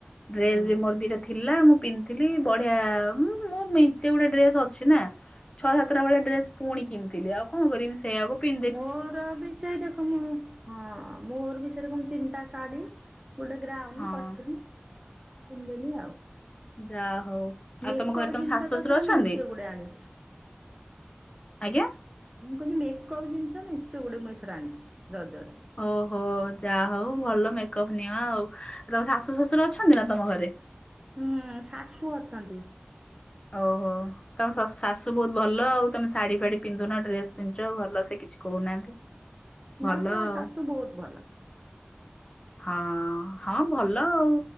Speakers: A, on the right; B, on the left.
A: ହୁଁ
B: ଡ୍ରେସ ବି ମୋର ଦିଟା ଥିଲା ମୁଁ ପିନ୍ଥିଲି ବଢିଆ ମୁଁ ମେଚେ ଗୋଟେ ଡ୍ରେସ ଅଛି ନା। ଛଅ ସାତଟ ଭଳିଆ ଡ୍ରେସ ପୁଣି କିଣିଥିଲି ଆଉ କରିବି ସି ସେଇକୁ ପି
A: ମୋର ବି ସେଇରକମ ହଁ ମୋର ବି ସେଇରକମ ତିନିଟା ଶାଢୀ। ଗୋଟେ ଗ୍ରାଉ
B: ହଁ
A: କରିଥିଲି ପିଦେନି ଆଉ।
B: ଯା ହଉ। ଆଉ
A: ମେକଅପ୍
B: ତମ ଘରେ ତମ
A: ଜିନିଷ
B: ଶାଶୁ
A: ତ
B: ଶ୍ୱଶୁର
A: ଏଥର
B: ଅଛନ୍ତି
A: ମେଚେ ଗୁଡେ ଆଣିଛି।
B: ଆଜ୍ଞା
A: ମୁଁ କହିନି ମେକଅପ୍ ଜିନିଷ ମେଚେ ଗୁଡେ ମୁଁ ଏଥର ଆଣିଛି ରଜରେ।
B: ଓହୋ ଯା ହଉ ଭଲ ମେକଅପ ନିଅ ଆଉ ତମ ଶାଶୁ ଶଶୁର ଅଛନ୍ତି ନା ତମ ଘରେ?
A: ହୁଁ ଶାଶୁ ଅଛନ୍ତି।
B: ଓ ହୋ। ତମ ଶ୍ ଶାଶୁ ବହୁତ ଭଲ ଆଉ ତମେ ଶାଢୀ ଫାଢୀ ପିନ୍ଧୁନ ଡ୍ରେସ ପିଞ୍ଚ ଭଲ ସେ କିଛି କହୁନାହାନ୍ତି। ଭଲ
A: ନା ମୋ
B: ଆଉ
A: ଶାଶୁ ବହୁତ ଭଲ।
B: ହଁ ହଁ ଭଲ ଉ।